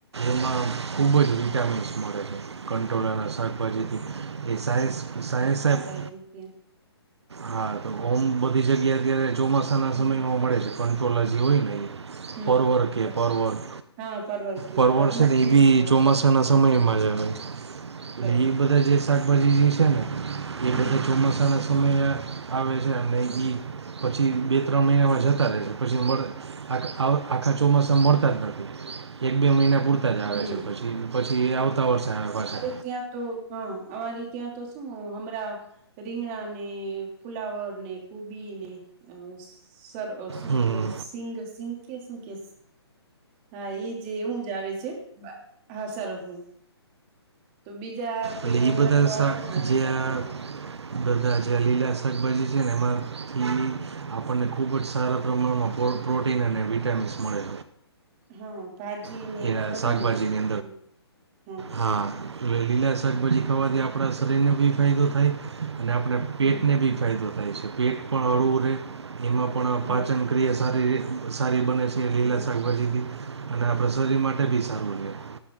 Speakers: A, on the right; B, on the right.
A: એમાં ખૂબ જ વિટામિન્સ મળે છે કંટ્રોલાના શાકભાજીથી. એ સાયન્સ સાયન્સ <unintelligible>
B: હા જી કે.
A: હા, તો ઓમ બધી જગ્યા અત્યારે ચોમાસાના
B: હમ
A: સમયમાં મળે છે. કંટ્રોલા જે હોય ને એ
B: હમ
A: પરવડ કે
B: બરાબર
A: પરવડ.
B: હા પરવર કે
A: પરવડશે
B: પણ અમારે
A: એ
B: ત્યાં
A: બી
B: નથી આવતા
A: ચોમાસા ના સમયમાં
B: હમ
A: જ આવે.
B: બરાબર
A: એ એ બધા જે શાકભાજી જે છે ને એ
B: હમ
A: બધા ચોમાસાના સમયે આવે છે અને ઈ પછી બે ત્રણ મહિના જતા રહે છે. પછી આ આખા ચોમાસા મળતા જ નથી એક બે મહિના પૂર તા જ આવે
B: હમ
A: છે પછી પછી આવતા વર્ષે પાછા.
B: ત્યા તો. હા અમાંરે ત્યાં તો શું હમણાં રીંગણા ને ફુલાવર ને કુબી ને અ સર શું
A: હમ
B: કેહેવાય સિંગ સિંગ કે શું કે હા એ જે એવું જ આવે છે. હા સરગવુ. તો બીજા કોઈ
A: એટલે
B: હમણાં
A: એ બધા
B: તો
A: શા
B: આવતા જ નથી
A: જે
B: શાકભાજી.
A: આ બધા જે લીલા શાકભાજી છે ને એમાંથી આપણને ખૂબ જ સારા પ્રમાણમાં પ્રોટીન અને વિટામિન્સ મળે.
B: હા ભાજી
A: છે
B: ને એમાં
A: એ
B: વધારે
A: શાકભાજીની
B: મલે આમેં હા.
A: હા. એટ લીલા શાકભાજી ખાવાથી આપણા શરીરને બી ફાયદો થાય. અને આપણે પેટને
B: હમ
A: બી ફાયદો થાય છે પેટ પણ હળવું રહે. એમાં પણ
B: હા
A: પાચન પ્ર્રિય સારી સારી બને છે એ લીલા
B: હમ
A: શાકભાજી બી અને આ પ્રસાદી માટે બી સારું છે.